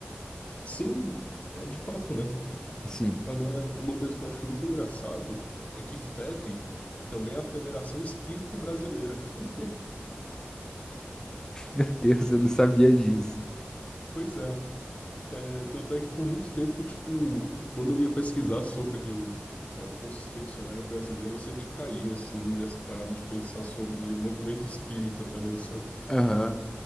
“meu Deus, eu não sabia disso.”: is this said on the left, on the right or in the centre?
Left